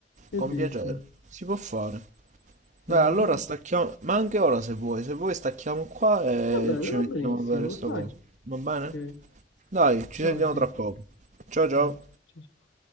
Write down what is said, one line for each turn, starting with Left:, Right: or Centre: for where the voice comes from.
Left: Che
Right: con
Left: dici?
Right: piacere, si può fare. Dai,
Left: Secondo
Right: allora
Left: te?
Right: stacchiamo, ma anche ora se vuoi, se vuoi stacchiamo qua e
Left: Va bene,
Right: ci mettiamo
Left: va benissimo.
Right: a vedere sto
Left: Dai,
Right: coso. Va bene?
Left: ok.
Right: Dai, ci
Left: Ciao,
Right: sentiamo
Left: ci-
Right: tra poco. Ciao ciao.
Left: ciao, ciao, ciao.